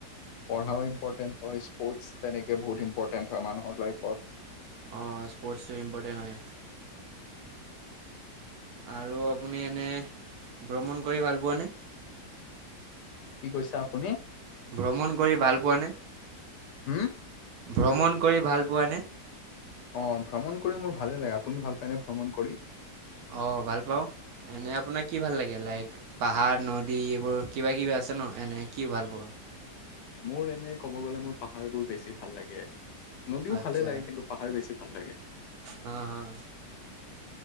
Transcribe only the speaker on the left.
পঢ়াও ইম্পৰ্টেণ্ট হয়, স্পৰ্টছ তেনেকে বহুত ইম্পৰ্টেণ্ট হয় মানুহৰ লাইফত।
কি কৈছা আপুনি?
হম?
অ ভ্ৰমণ কৰি মোৰ ভালে লাগে। আপুনি ভাল পায়নে ভ্ৰমণ কৰি?
মোৰ এনে কব গ'লে মোৰ পাহাৰবোৰ বেছি ভাল লাগে। নদীও
ভালে লাগে কিন্তু পাহাৰ বেছি ভাল লাগে।